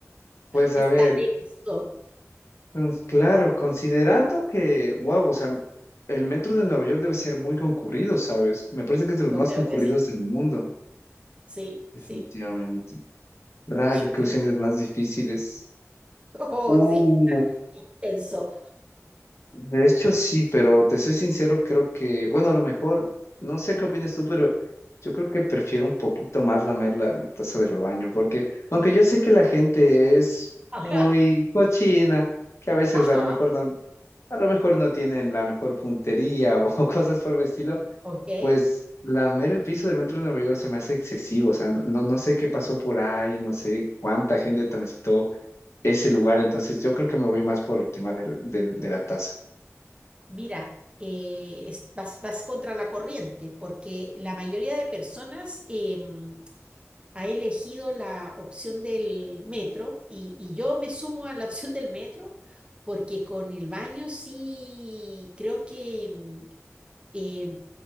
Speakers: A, on the left; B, on the right.
A: Pues
B: está
A: a ver,
B: denso.
A: Pues, claro, considerando que, wow, o sea, el metro de Nueva York debe ser muy concurrido, ¿sabes? Me parece que es de los
B: Yo
A: más
B: creo
A: concurridos
B: que sí.
A: del mundo,
B: Sí,
A: definitivamente.
B: sí.
A: Rayos,
B: Yo
A: qué
B: creo,
A: opciones más difíciles.
B: <laughs> oh,
A: Uh,
B: sí, tenso.
A: de hecho sí, pero te soy sincero, creo que, bueno, a lo mejor, no sé qué opinas tú, pero yo creo que prefiero un poquito más lamer la, la taza del baño, porque aunque yo sé que la gente es
B: Ajá,
A: muy cochina, que a veces
B: ajá.
A: a lo mejor no a lo mejor no tienen la mejor puntería o <laughs> cosas por el estilo,
B: Ok.
A: pues lamer el piso del metro de Nueva York se me hace excesivo, o sea, no, no no sé qué pasó por ahí, no sé cuánta gente transitó ese lugar, entonces yo creo que me voy más por el tema del- del- de la taza.
B: Mira, eh, es- vas, vas contra la corriente porque la mayoría de personas em, ha elegido la opción del metro y, y yo me sumo a la opción del metro porque con el baño sí creo que, em, eh,